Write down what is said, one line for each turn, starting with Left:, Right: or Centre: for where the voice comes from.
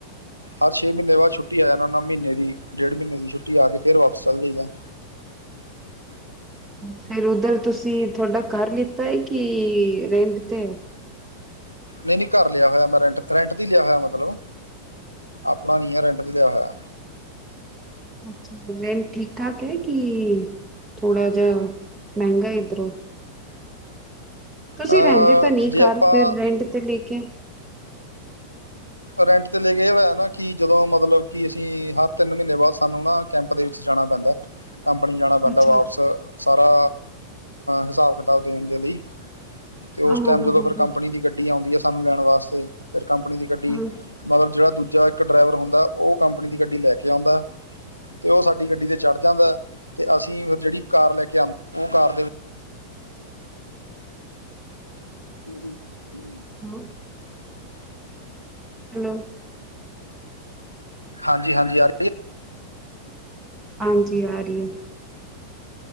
Left: ਹਰ ਛੇ ਮਹੀਨੇ ਬਾਅਦ ਛੱਟੀ ਆ ਜਾਨਾਂ ਉਹਨਾਂ ਮੀਨੇ ਦੀ ਵੀ ਡੇਢ ਮਹੀਨ ਦੀ ਛੁੱਟੀ ਆ ਕੇ ਫਿਰ ਵਾਪਸ ਚਲੇ ਜਾਈਦਾ ਹੈ
Right: ਫਿਰ ਉਧਰ ਤੁਸੀਂ ਤੁਹਾਡਾ ਘਰ ਲਿੱਤਾ ਹੈ ਕਿ ਰੈਂਟ ਤੇ
Left: ਨਹੀਂ ਨਹੀਂ ਘਰ ਲਿਆ ਹੋਇਆ ਮੈਂ ਰੈਂਟ ਰੈਂਟ ਤੇ ਲਿਆ ਹੋਇਆ ਮਤੱਲਬ ਆਪਣਾ ਨਹੀਂ ਹੈ ਰੈਂਟ ਤੇ ਲਿਆ ਹੋਇਆ
Right: ਅੱਛਾ ਲੋਅਨ ਲਏ ਠੀਕ ਠਾਕ ਹੈ ਕਿ ਥੋੜਾ ਜਿਆ ਮੈਂਹਿੰਗਰ ਇਧਰੋਂ ਤੁਸੀਂ
Left: ਅ
Right: ਰਹਿੰਦੇ ਤਾਂ ਨਹੀਂ
Left: ਜੇ
Right: ਘਰ
Left: ਆਪਾਂ
Right: ਫਿਰ ਰੈਂਟ ਤੇ ਲੈ ਕੇ
Left: ਰੈਂਟ ਤੇ ਲੈ ਕੇ ਹੋਇਆ ਨਾ ਕਿ ਜਦੋਂ ਮਤਲਬ ਕਿ ਅਸੀਂ ਹਰ ਤਿੰਨ ਮਹੀਨੇ ਬਾਅਦ ਸਾਨੂੰ ਨਾ ਕੈਂਪ ਦੇ ਵਿੱਚ ਜਾਣਾ ਪੈਂਦਾ ਕੰਪਨੀ ਜਾਣਾ ਪੈਂਦਾ
Right: ਅੱਛਾ
Left: ਵਾਪਿਸ
Right: ਹਾਂ
Left: ਸਾਰਾ ਹਿਸਾਬ ਕਿਤਾਬ ਦੇਣ ਦੇ ਲਈ ਅਤੇ ਉਸ
Right: ਹਾਂ
Left: ਟਾਈਮ
Right: ਹਾਂ
Left: ਜਦੋਂ
Right: ਹਾਂ
Left: ਫਿਰ
Right: ਹਾਂ
Left: ਕੰਪਨੀ ਦੀ ਗੱਡੀ ਆਉਂਦੀ ਐ, ਸਾਨੂੰ ਲੈਣ ਵਾਸਤੇ, ਫਿਰ ਕੰਪਨੀ ਦੀ ਗੱਡੀ
Right: ਹਾਂ
Left: ਮਤਲਬ ਜਿਹੜਾ ਦੂਜਾ ਇੱਕ ਡਰਾਈਵਰ ਹੁੰਦਾ, ਉਹ ਕੰਪਨੀ ਦੀ ਗੱਡੀ ਲੈ ਕੇ ਆਉਂਦਾ। ਤੇ ਉਹ ਸਾਡੀ ਗੱਡੀ ਤੇ ਚੜ੍ਹ ਜਾਂਦਾ ਹੈ ਤੇ ਅਸੀਂ ਫਿਰ ਜਿਹੜੀ ਕਾਰ ਲੈ ਕੇ ਆਉਂਦੇ ਉਹ ਕਾਰ ਦੇ <unintelligible> <unintelligible>
Right: <unintelligible> ਹੈਲੋ
Left: ਹਾਂਜੀ ਹਾਂਜੀ ਯਾਰ
Right: ਹਾਂਜੀ ਆ ਰਹੀ ਹੈ